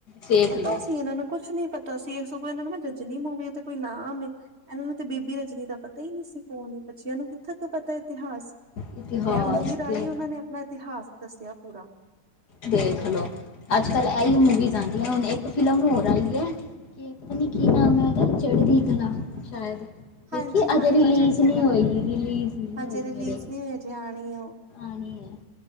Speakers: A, on the left; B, on the right.
A: ਦੇਖ
B: ਪਤਾ
A: ਲਓ
B: ਸੀ ਇਹਨਾਂ ਨੂੰ? ਕੁਛ ਨੀ ਪਤਾ ਸੀ ਸੁ ਇਹਨਾਂ ਨੂੰ ਮੈਂ 'ਰਜਨੀ' ਮੂਵੀ ਤੇ ਕੋਈ ਨਾਮ ਐ। ਇਹਨਾਂ ਨੂੰ ਤੇ ਬੀਬੀ ਰਜਨੀ ਦਾ ਪਤਾ ਹੀ ਨੀ ਸੀ ਕੌਣ ਏ। ਬਚਿਆਂ ਨੂੰ ਕਿੱਥੇ ਕੋ ਪਤਾ ਇਤਿਹਾਸ
A: ਇਤਿਹਾਸ
B: ਤੇ ਇਹ ਮੂਵੀ ਰਾਹੀਂ
A: ਤੇ
B: ਉਹਨਾਂ ਨੇ ਆਪਣਾ ਇਤਿਹਾਸ ਦੱਸਿਆ ਪੂਰਾ।
A: ਦੇਖ ਲਓ। ਅੱਜ-ਕੱਲ ਇਹੀ ਮੂਵੀਜ਼ਸ ਆਂਦਿਆਂ ਹੁਣ ਇੱਕ ਫਿਲਮ ਹੋਰ ਆਈ ਹੈ ਕਿ ਪਤਾ ਨੀ ਕੀ ਨਾਮ ਹੈ ਉਹਦਾ 'ਚੜਦੀ ਕਲਾ' ਸ਼ਾਇਦ।
B: ਹਾਂਜੀ
A: ਦੇਖੀ ਏ,
B: ਹਾਂਜੀ
A: ਅਜੇ ਰਿਲੀਜ਼
B: ਚੜ੍ਹਦੀ
A: ਨਹੀਂ
B: ਕਲਾ
A: ਹੋਈ, ਰਿਲੀਜ਼ ਨਹੀਂ
B: ਹਜੇ
A: ਹੋਈ
B: ਰਿਲੀਜ਼
A: ਮੇਰੇ
B: ਨਹੀਂ ਹੋਈ ਹਜੇ ਆਣੀ ਉਹ
A: ਆਂਣੀ ਐ